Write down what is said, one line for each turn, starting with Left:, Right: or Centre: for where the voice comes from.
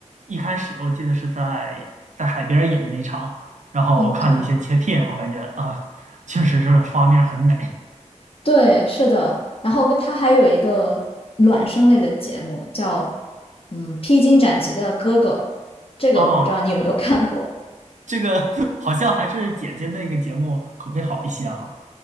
Right: 一开始，我记得是在在海边儿演的那一场，然后我看了一些切片，
Left: 嗯，对，
Right: 我感觉啊，确实是画面很美
Left: 对，是的。然后它还有一个卵生类的节目，叫嗯《披荆斩棘的哥哥》，这个我不知道你有没有看过。
Right: 啊，这个 <laughs> 好像还是姐姐那个节目口碑好一些哈。